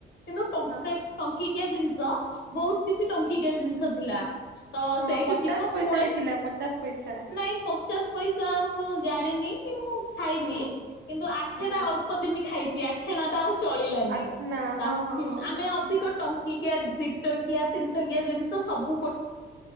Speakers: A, on the left; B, on the right.
A: କିନ୍ତୁ ଟଙ୍କା
B: ହଁ
A: ଏ ଟଙ୍କା ଟଙ୍କିକିଆ ଜିନିଷ ବହୁତ କିଛି ଟଙ୍କିକିଆ ଜିନିଷ ଥିଲା । ତ
B: ହଁ
A: ସେଇଠୁ
B: ପଚାଶ
A: ଯିବ
B: ପଇସା
A: ପୁଳେ
B: ବି ଥିଲା ପଚାଶ ପଇସା
A: ନାଇଁ ପଚାଶ ପଇସା ମୁଁ ଜାଣିନି କି ମୁଁ ଖାଇନି
B: ହୁଁ।
A: କିନ୍ତୁ ଆଠେ
B: ହୁଁ
A: ତା ଅଳ୍ପ ଦିନ ଖାଇଛି ଆଠଣା ଟା ଆଉ ଚଳିଲାନି।
B: ଆଠନା
A: ତା
B: ହଁ ହଁ ହଁ
A: ଆମେ ଅଧିକ ଟଙ୍କା ଟଙ୍କିକିଆ ଦି ଟଙ୍କିଆ ତିନି ଟଙ୍କିଆ ଜିନିଷ ସବୁ ଗୋଟେ